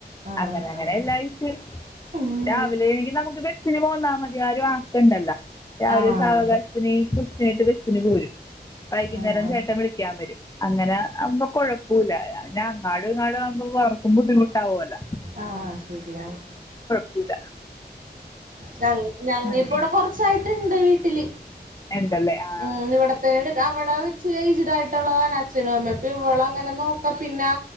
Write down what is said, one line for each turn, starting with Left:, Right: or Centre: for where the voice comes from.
Right: ആഹ്
Left: അങ്ങനെ
Right: ആഹ്
Left: അങ്ങനെ എല്ലാഴിചേ
Right: ആഹ് ഉം
Left: രാവിലെ <unintelligible> ബെസ്സിന് പോന്നാ മതി ആരു ആ ക്കണ്ടല്ലോ രാവിലെ
Right: ആഹ്
Left: സാവകാശത്തിന് ഈ കൊച്ചിനെ ആയിട്ട് ബെ സ്സിന് പോരും വൈകുന്നേരം
Right: ആഹ് ആഹ്
Left: ചേട്ടൻ വിളിക്കാൻ വരും അങ്ങനെ അപ്പം കൊഴ പ്പുലാ അങ്ങാട് ഇങ്ങാട് ആവുമ്പൊ അവർക്കും ബുദ്ധിമുട്ടാവോല്ലോ.
Right: ആ ശരിയാണ്.
Left: ക്കൂലാ
Right: ഞ ഞങ്ങ
Left: അങ്ങനെ
Right: ഇപ്പോ ഇവടെ കൊറച്ചായി ട്ട്ണ്ട് വീട്ടിൽ
Left: ഉണ്ടല്ലേ ആ
Right: ഉം ഇവിടെത്തന്നെണ്ട് ദാ അവ് കൊറച്ച് എയ്ജെട് ആയിട്ടുള്ളതാണ് അച്ഛനും അമ്മേം. ഇപ്പൊ ഇവളങ്ങനെ നോക്കാ പിന്നാ